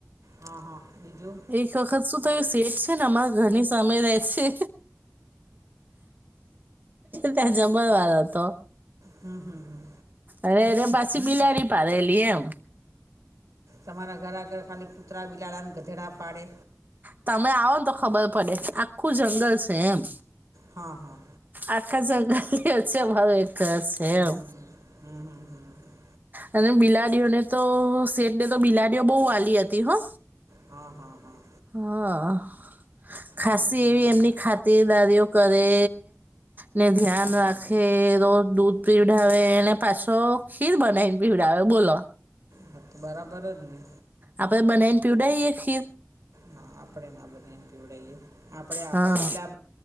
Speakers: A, on the right (about 85°); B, on the right (about 35°).
A: હા હા બીજું
B: એક વખત શું થયું સેટ છે ને અમારે ઘરની સમય રહે છે. ત્યાં જમવાળ હતો
A: હમ હમ હમ
B: અરે અરે પાછી બિલાડી પાડેલી એમ
A: તમારા ઘર આગળ ખાલી કૂતરા બિલાડાને ગધેડા પાડે
B: તમે આવો ને તો ખબર પડે આખું જંગલ છે એમ
A: હા હા
B: આકા જંગલથી હ છે ભરો એ કશેમ
A: હમ હમ હમ હમ
B: અને બિલાડીઓને તો શેટને તો બિલાડીઓ બહુ વાલી હતી હો.
A: હા, હા, હા.
B: હા. ખાસી
A: હમ
B: એવી એમની ખાતરદારીઓ કરે ને ધ્યાન
A: હા હા
B: રાખે જે રોજ દૂધ પીવડાવે અને પાછો ખીર બનાવીને પીવડાવે બોલો.
A: હા, તો બરાબર જ ને.
B: આપણે બનાવીને પીવડાઈ એ ખીર.
A: હા આપણેે ના બનાને પીવડાઈએ આપણેે આપણા
B: હા
A: બીલા